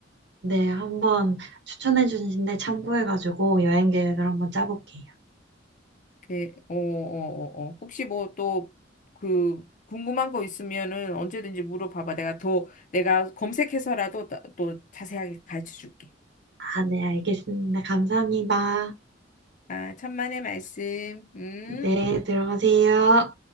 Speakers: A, on the right (about 65°); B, on the left (about 40°).
A: 네, 한번 추천해 주신데 참고해가지고 여행 계획을 한번 짜볼게요.
B: 그, 어, 어, 어, 어. 혹시 뭐 또 그 궁금한 거 있으면은 언제든지 물어봐봐. 내가 더, 내가 검색해서라도 또, 또 자세하게 가르쳐 줄게.
A: 아, 네, 알겠습니다. 감사합니다.
B: 아, 천만의 말씀. 음.
A: 네, 들어가세요.